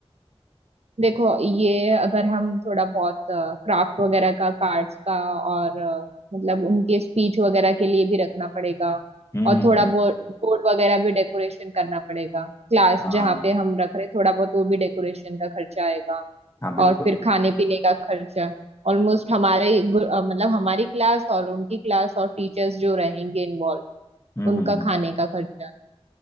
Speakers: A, on the right; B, on the left.
A: देखो ये अगर हम थोड़ा बहुत क्राफ्ट वगैरह का कार्ड्स का और अ, मतलब उनके स्पीच वगैरह के लिए भी रखना पड़ेगा
B: हम्म
A: और
B: हम्म
A: थोड़ा
B: हम्म,
A: बहुत बोर्ड वगैरह भी डेकोरेशन करना पड़ेगा क्लास
B: हाँ
A: जहाँ पे हम रख रहे थोड़ा बहुत वो भी डेकोरेशन का खर्चा आएगा
B: हाँ बिल्कुल
A: और फिर खाने पीने का खर्चा ऑलमोस्ट हमारे ग्रु- अ, मतलब हमारी क्लास और उनकी क्लास और टीचर्स जो रहेंगे इन्वॉल्व
B: हम्म
A: उनका
B: हम्म हम्म,
A: खाने का खर्चा